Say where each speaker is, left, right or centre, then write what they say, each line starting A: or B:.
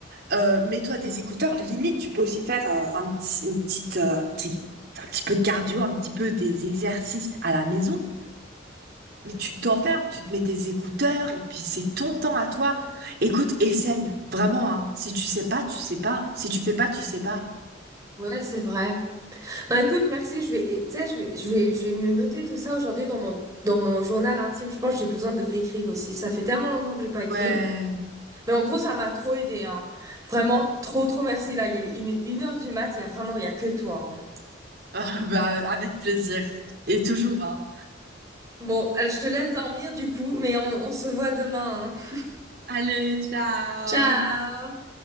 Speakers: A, on the right (about 50°); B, on the right (about 15°).
A: Euh, mets-toi des écouteurs. Limite, tu peux aussi faire euh, un petit, une petite, euh, petit- un petit peu de cardio, un petit peu des exercices à la maison. Mais tu t'enfermes, tu te mets tes écouteurs et puis c'est ton temps à toi. Écoute, essaye. Vraiment, hein. Si tu sais pas, tu sais pas. Si tu fais pas, tu sais pas.
B: Ouais, c'est vrai. Bah écoute, merci. Je vais, et, tu sais, je vais, je vais, je vais me noter tout ça aujourd'hui dans mon, dans mon journal intime. Je pense que j'ai besoin de réécrire aussi. Ça fait tellement longtemps que j'ai pas écrit.
A: Ouais. <laughs>
B: Mais en gros, ça m'a trop aidé, hein. Vraiment, trop, trop merci. Là, il est une, une heure du mat. Il y a vraiment, il y a que toi, hein.
A: Ah, bah, avec plaisir. Et toujours, hein.
B: Bon, euh, je te laisse dormir du coup, mais on, on se voit demain, hein.
A: Allez, ciao!
B: Ciao!